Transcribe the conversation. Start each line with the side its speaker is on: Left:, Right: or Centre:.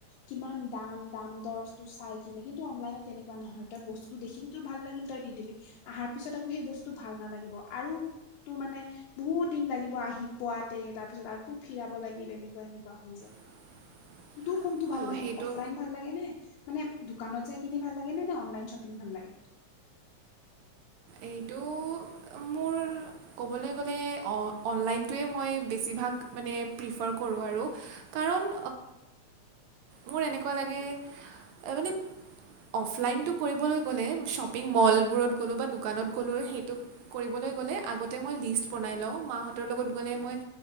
Left: কিমান দাম দাম দৰ তটো চাই কিনে কিন্তু অনলাইনত তেনেকুৱা নহ তই বস্তুত দেখিলি তো ভাল লাগিল তই দি দিলি <unintelligible> পিছত আকৌ সেই বস্তুতটো ভাল নালাগিব আৰু তোৰ মানে বহুত দিন লাগিব আহি পোৱাতে তাৰ পিছত আকো ফিৰাব লাগিল এনেকুৱা এনেকুৱা হৈ যায়।
Right: <inaudible>
Left: তোৰ কোনটো
Right: অঁ
Left: ভাল লাগে
Right: সেইটো
Left: অফলাইন ভাল লাগে নে মানে দোকানত যাই কিনি ভাল লাগে নে নে অনলাইন শ্বপিং ভাল লাগে।
Right: এইটো মোৰ ক'বলৈ গ'লে অনলাইনটোৱে মই বেছিভাগ মানে প্ৰিফাৰ কৰোঁ আৰু কাৰণ মোৰ এনেকুৱা লাগে মানে অফলাইনটো কৰিবলৈ গ'লে শ্বপিং মলবোৰত গ'লোঁ বা দোকানত গ'লোঁ সেইটোক কৰিবলৈ গ'লে আগতে মই লিষ্ট বনাই লওঁ মাহঁতৰ লগত গ'লে মই